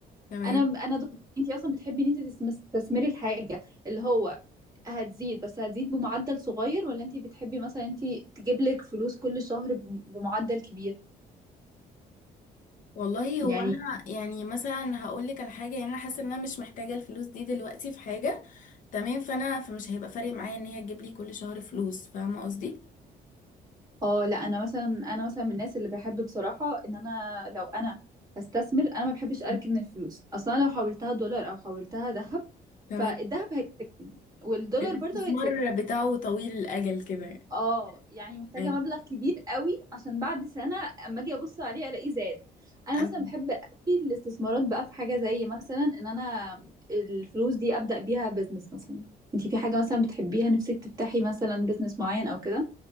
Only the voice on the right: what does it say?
انا انا ضد انت اصلا بتحبي ان انت تستثمري الحاجه اللي هو هتزيد بس هتزيد بمعدل صغير ولا انت بتحبي مثلا انت تجيبلك فلوس كل شهر بم- بمعدل كبير
يعني
اه لا انا مثلا انا مثلا من الناس اللي بحب بصراحه ان انا لو انا هستثمر انا ما بحبش اركن
الفلوس اصلا لو حولتها دولار او حولتها ذهب
فالذهب هيتركن والدولار
برضه هيتركن
اه يعني محتاجه
مبلغ كبير قوي عشان بعد سنه اما اجي ابص عليه الاقيه زاد انا
مثلا بحب قوي الاستثمارات بقى في حاجه زي مثلا ان انا الفلوس دي ابدا بيها بزنس مثلا انتي في حاجه مثلا بتحبيها نفسك تفتحي مثلا بزنس معين او كده